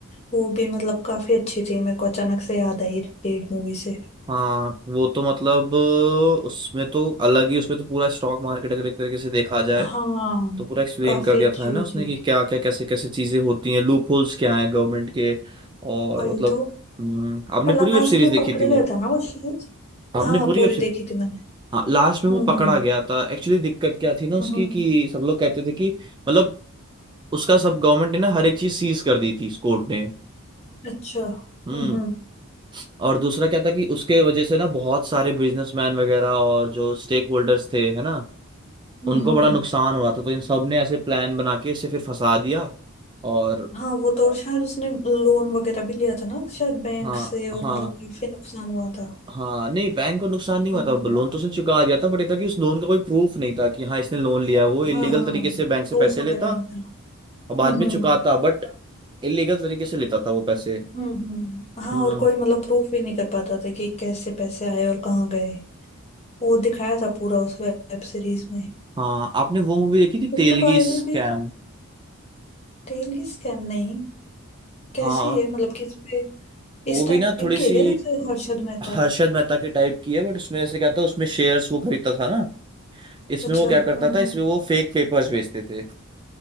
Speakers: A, on the left (about 30°); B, on the right (about 20°).
A: वो भी मतलब काफी अच्छी थी मेरे को अचानक से याद आई रेड मूवी से
B: हाँ वो तो मतलब उसमें तो अलग ही उसमें तो पूरा स्टॉक मार्केट अगर एक तरीके से देखा जाए
A: हाँ
B: तो पूरा एक्सप्लेन
A: काफी
B: कर दिया
A: अच्छी
B: था है ना उसने
A: थी
B: कि क्या क्या कैसे कैसे चीजें होती हैं लूप होल्स क्या हैं गवर्नमेंट के और
A: वही
B: मतलब
A: तो
B: हम्म, आपने
A: पर
B: पूरी
A: लास्ट
B: वेब सीरीज
A: में
B: देखी
A: पकड़ा
B: थी वो
A: गया था ना वो शायद
B: आपने
A: हाँ
B: पूरी
A: पूरी
B: वेब सीरीज
A: देखी थी मैंने
B: हाँ लास्ट में
A: हम्म
B: वो पकड़ा
A: हम्म
B: गया था एक्चुअली दिक्कत क्या थी ना
A: हम्म
B: उसकी
A: हम्म।
B: कि सब लोग कहते थे कि मतलब उसका सब गवर्नमेंट ने ना हर एक चीज सीज कर दी थी इस कोर्ट ने
A: अच्छा
B: हम्म
A: हम्म हम्म
B: और दूसरा क्या था कि उसके वजह से ना बहुत सारे बिजनेसमैन वगैरह और जो स्टेक होल्डर्स थे है ना
A: हम्म
B: उनको
A: हम्म।
B: बड़ा नुकसान हो रहा था तो इन सब ने ऐसे प्लान बना के इसे फिर फंसा दिया और
A: हाँ वो तो शायद उसने लोन वगैरह भी लिया था ना शायद बैंक
B: हाँ
A: से और
B: हाँ
A: मतलब काफी नुकसान हुआ था
B: हाँ नहीं बैंक को नुकसान नहीं हुआ
A: हम्म
B: था लोन तो उसने चुका दिया था बट ये था कि उस लोन का कोई प्रूफ नहीं था कि हाँ इसने लोन लिया है। वो इलीगल
A: हाँ हाँ
B: तरीके से बैंक से
A: प्रूफ
B: पैसे
A: वगैरह
B: लेता
A: नहीं था
B: और बाद
A: हम्म
B: में
A: हम्म
B: चुकाता बट इलीगल तरीके से लेता था वो पैसे
A: हम्म हम्म। हाँ
B: हम्म
A: और कोई मतलब प्रूफ भी नहीं कर पाता था कि कैसे पैसे आए और कहाँ गए वो दिखाया था पूरा उस वेब सीरीज में
B: हाँ आपने वो मूवी देखी थी
A: उसको
B: तेलगी
A: तो आईवी
B: स्कैम
A: भी टेल की स्कैम नहीं कैसी
B: हाँ
A: है मतलब किस पे
B: वो
A: इस
B: भी
A: टाइप
B: ना थोड़ी
A: की
B: सी
A: है क्या जैसे हर्षद मेहता
B: हर्षद मेहता के टाइप की है बट उसमें ऐसे क्या था उसमें शेयर्स वो खरीदता था ना इसमें
A: अच्छा
B: वो क्या
A: हम्म
B: करता था
A: हम्म
B: इसमें वो फेक पेपर्स बेचते थे